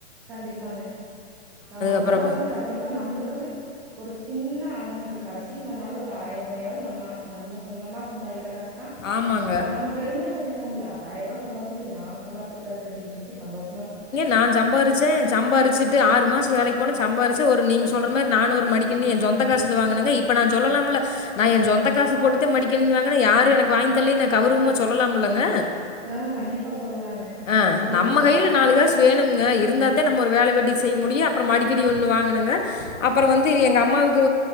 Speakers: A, in the centre; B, on the left.
A: கண்டிப்பாங்க நம்ம அதனால
B: அப்புறம் பா-
A: வந்து கண்டிப் இப்ப நம்ளுக்குன்னு ஒரு சின்ன அமௌண்ட் கடசிக்கு நம்ளால ஒரு ஆயிருவாயாது நம்ம நம்ம சொந்தமா சம்பாதிக்கிற காசுதா
B: ஆமாங்க.
A: அ நம்மப் பெருமையா சொல்லிக்குலாமில்ல ஆயிருவா சம்பாரிச்சாலு இது நா சம்பிரிச்ச காசு அப்டின்னு சொல்ட்டு சந்தோஷமா சாப்
B: நா சம்பாரிச்சே சம்பாரிச்சு டு ஆறு மாச வேலைக்கு போன சம்பாரிச்சு ஒரு நீங்க சொல்ற மாரி நானு ஒரு மடிக்கணினி எ சொந்த காசுல வாங்குனங்க இப்ப நா சொல்லலாம்ல நா ஏ சொந்த காசு போட்டுத்தா மடிக்கணினி வாங்குனா யாரு எனக்கு வாங்கி தர்லைனு கௌருவமா சொல்லலாமில்லங்க
A: ஆ கண்டிப்பா சொல்லலாங்க
B: அ
A: கண்டிப்பா
B: நம்ம
A: சொல்லலா
B: கைல நாலு காஸ் வேணும்ங்க இருந்தாதா நம்ம ஒரு வேல வெட்டி செய்ய முடியு அப்புற மடிக்கடி ஒன்னு வாங்கணங்க அப்பற வந்து எங்க அம்மாவுக்கு